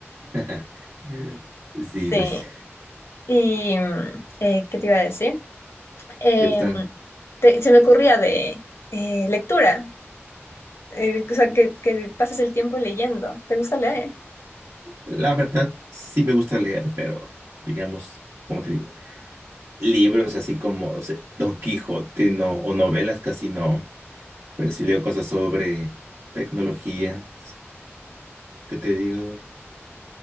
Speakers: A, on the right; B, on the left.
A: <laughs> Sí,
B: Sí.
A: pues
B: Y, mm, eh, ¿qué te iba a decir? Em,
A: te gustan.
B: te- se me ocurría de eh, lectura, eh, o sea, que, que pases el tiempo leyendo. ¿Te gusta leer?
A: La verdad, sí me gusta leer, pero digamos, como te digo, libros así como, no sé, Don Quijote no, o novelas casi no. pero sí leo cosas sobre tecnología, ¿qué te digo?